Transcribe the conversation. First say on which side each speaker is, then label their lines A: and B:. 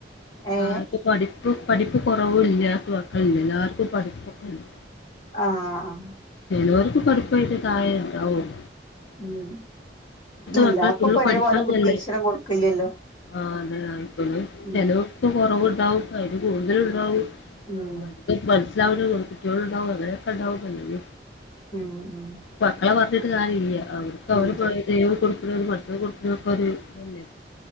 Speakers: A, on the left (about 25°); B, on the left (about 75°).
A: ഏഹ്
B: ആ പഠിപ്പ് പഠിപ്പ് കുറവ് ഇല്ലാ മക്കളില്ല ആക എല്ലാർക്കും പഠിപ്പൊക്കെണ്ട്
A: ആ ആ
B: ചിലോർക്ക് പഠിപ്പായിട്ട് കാര്യം ഉണ്ടാവും
A: ഉം എല്ലാവർക്കും
B: മക്കള് ഫുള്ള്
A: ഇപ്പ ഒരേപോലെ
B: പഠിക്കണതല്ലേ
A: ബുദ്ധിഈശ്വരം കൊടുക്കില്ലല്ലോ
B: ആ അതെ അങ്ങനെ തന്നെ
A: ഉം
B: ചെലോർക്കു കൊറവുണ്ടാവും അതിന് കൂടുതല ഉണ്ടാവും
A: ഉം
B: ഓ പഠിപ്പ്‌ മനസ്സിലാവുന്ന കുട്ടികള ഉണ്ടാവും അങ്ങനെയൊക്കെ ഉണ്ടാവുംല്ലത്
A: <inaudible>
B: മക്കളെ പറഞ്ഞിട്ട് കാര്യില്ല അവർക്ക് അവര്
A: ഉണ്ട്
B: ദൈവം കൊടുക്കണ പഠിത്തം കൊടുക്കണേ ഒക്കെ ഒരു ഇതല്ലേ